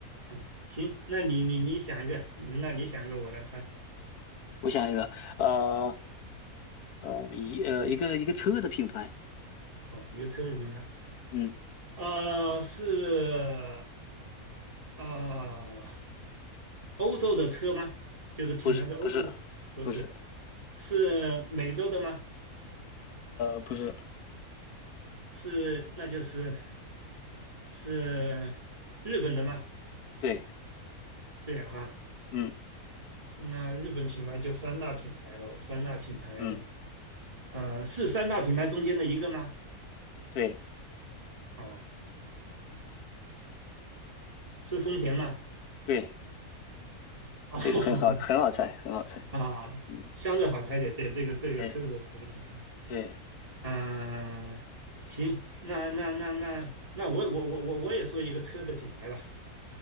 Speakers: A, on the right; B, on the left.
A: 啊，行，那你你你想一个，那你想一个，我来猜，
B: 我想一个，呃呃一呃一个一个车的品牌，
A: 哦，一个车的品牌，
B: 嗯，
A: 呃，是呃欧洲的车吗？就是品牌是欧洲的，
B: 不是不是
A: 不是，
B: 不是，
A: 是美洲的吗？
B: 呃不是，
A: 是，那就是是日本的吗？
B: 对，
A: 对啊，
B: 嗯
A: 那日本品牌就三大品牌喽，三大品牌，
B: 嗯
A: 呃，是三大品牌中间的一个吗？
B: 对
A: 哦。是丰田吗？
B: 对。
A: <laughs> 哦
B: 这个很好，很好猜，很好猜。
A: 啊，
B: 嗯，
A: 相对好猜一点，对，这个这个车子我比较然
B: 哎，对，
A: 嗯、呃行，那那那那那我我我我我也说一个车的品牌吧，